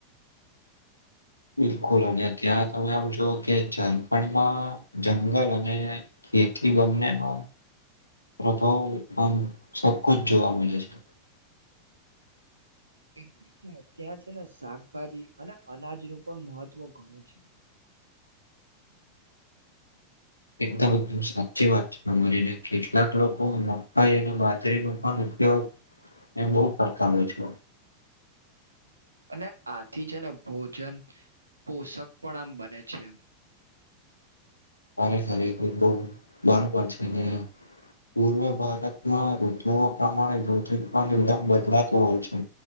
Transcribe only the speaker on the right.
એટલે જ ને ત્યાં છે, ને શાકભાજી અને અનાજનું પણ મહત્વ ઘણું છે.
અને આથી છે ને ભોજન પોષક પણ આમ બને છે.